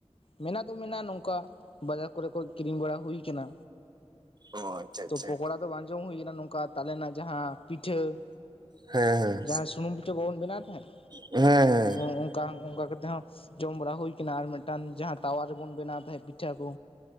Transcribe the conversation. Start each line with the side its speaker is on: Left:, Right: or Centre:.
Left: ᱢᱮᱱᱟᱜ ᱫᱚ ᱢᱮ ᱱᱚᱝᱠᱟ ᱵᱟᱡᱟᱨ ᱠᱚᱨᱮ ᱠᱚ ᱠᱤᱨᱤᱧ ᱵᱟᱲᱟ ᱦᱩᱭ ᱠᱟᱱᱟ
Right: ᱚ ᱟᱪᱪᱷᱟ ᱟᱪᱪᱷᱟ
Left: ᱛᱚ ᱯᱚᱠᱚᱲᱟ ᱫᱚ ᱵᱟᱝ ᱡᱚᱢ ᱦᱩᱭ ᱠᱟᱱᱟ ᱱᱚᱝᱠᱟ ᱛᱟᱞᱮ ᱨᱮᱱᱟᱜ ᱡᱟᱦᱟᱸ ᱯᱤᱴᱷᱟᱹ
Right: ᱦᱮᱸ ᱦᱮᱸ
Left: ᱡᱟᱦᱟᱸ ᱥᱩᱱᱩᱢ ᱯᱤᱴᱷᱟᱹ ᱵᱟᱵᱚᱱ ᱵᱮᱱᱟᱣ ᱛᱟᱦᱮᱸᱫ
Right: ᱦᱮᱸ ᱦᱮᱸ
Left: ᱱᱚᱜᱼᱚ ᱚᱱᱠᱟ ᱚᱱᱠᱟ ᱠᱟᱛᱮ ᱦᱚᱸ ᱡᱚᱢ ᱵᱟᱲᱟ ᱦᱩᱭ ᱠᱟᱱᱟ ᱟᱨ ᱢᱤᱫᱴᱟᱱ ᱡᱟᱦᱟᱸ ᱛᱟᱣᱟ ᱨᱮᱵᱚᱱ ᱵᱮᱱᱟᱣ ᱛᱟᱦᱮᱸᱫ ᱯᱤᱴᱷᱟᱹ ᱠᱚ